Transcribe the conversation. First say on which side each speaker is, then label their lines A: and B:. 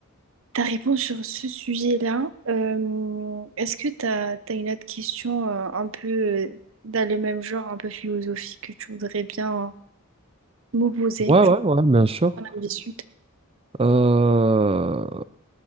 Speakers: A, on the right; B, on the right.
A: ta réponse sur ce sujet-là. Euh, est-ce que t'as, t'as une autre question euh, un peu euh, dans le même genre, un peu philosophique, que tu voudrais bien euh, m'opposer,
B: Ouais,
A: genre,
B: ouais, ouais, bien sûr.
A: dans la suite?
B: Euh,